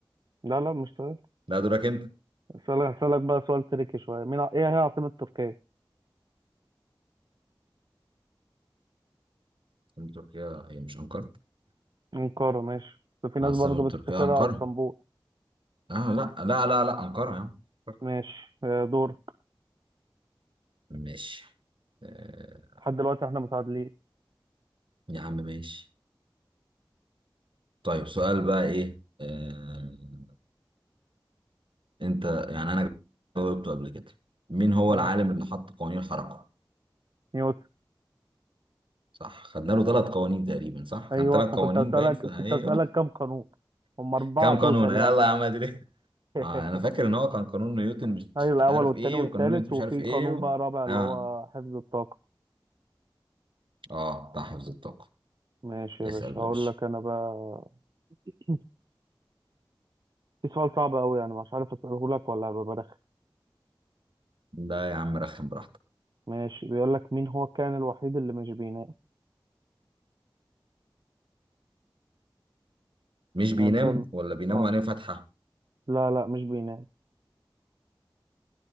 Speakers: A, on the right; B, on the right.
A: لا لا مش تمام
B: لا دورك أنت
A: اسالك اسالك بقى سؤال تريكي شوية مين ع- ايه هي عاصمة تركيا
B: عاصمة تركيا هي مش أنقرة
A: أنقرة ماشي بس في ناس
B: عاصمة
A: برضه
B: تركيا
A: بتفتكرها
B: أنقرة
A: على اسطنبول
B: آه لا لا لا لا أنقرة يا عم أنقرة.
A: ماشي آه، دور
B: ماشي آه،
A: لحد دلوقتي احنا متعادلين
B: يا عم ماشي طيب سؤال بقى ايه آه... انت يعني انا جاوبته قبل كده مين هو
A: ماشي
B: العالم اللي حط قوانين الحركة
A: نيوتن
B: صح خدنا له ثلاث قوانين تقريبا صح
A: ايوه
B: كان ثلاث
A: ما
B: قوانين
A: كنت اسالك
B: باين في
A: كنت
B: ايوه
A: اسالك كم قانون هم أربعة
B: كام
A: توتال
B: قانون يلا
A: يعني
B: يا عم ادري
A: <laughs>
B: اه انا فاكر ان هو كان قانون نيوتن مش
A: ايوه الاول
B: عارف
A: والتاني
B: ايه
A: والتالت
B: وقانون نيوتن مش
A: وفي
B: عارف ايه
A: قانون
B: و...
A: بقى رابع اللي
B: اه
A: هو حفظ الطاقه
B: اه بتاع حفظ الطاقة
A: ماشي
B: اسأل
A: يا باشا
B: بقى
A: هقول
B: يا باشا
A: لك انا بقى <clears throat> في سؤال صعب قوي يعني مش عارف اساله لك ولا هبقى برخم
B: لا يا عم رخم براحتك
A: ماشي بيقول لك مين هو الكائن الوحيد اللي مش بينام
B: مش بينام
A: يعني ده
B: ولا بينام
A: اه
B: وعينيه فاتحة
A: لا لا مش بينام